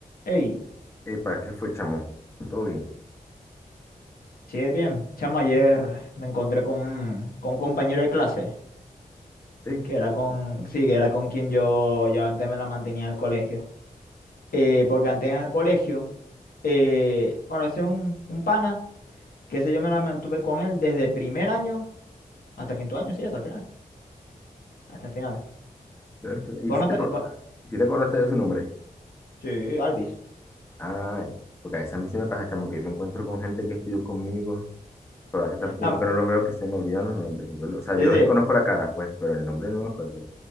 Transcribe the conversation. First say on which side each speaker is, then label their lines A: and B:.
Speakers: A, on the left (about 75°); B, on the left (about 15°).
A: Hey,
B: Eh, ¿para qué fue, chamo? Todo bien.
A: sí, bien. Chamo, ayer me encontré con un, con un compañero de clase,
B: Sí.
A: que era con, sí, que era con quien yo, yo antes me la mantenía en el colegio. Eh, porque antes en el colegio, eh, bueno, ese es un, un pana, que ese yo me la mantuve con él desde primer año hasta quinto año, sí, hasta el final. Hasta el final.
B: Roberto, ¿Y
A: Vos
B: si
A: no
B: te,
A: te-
B: acor-
A: vos-
B: y si te acordaste de su nombre?
A: sí, Alvis.
B: Ah, porque a veces a mí sí me pasa, chamo, que yo me encuentro con gente que estudió conmigo, pero hace tanto tiempo
A: No,
B: que no los veo que se me olvidan los nombres. Yo, lo- o sea,
A: sí,
B: yo
A: sí,
B: reconozco la cara, pues, pero el nombre no me acuerdo.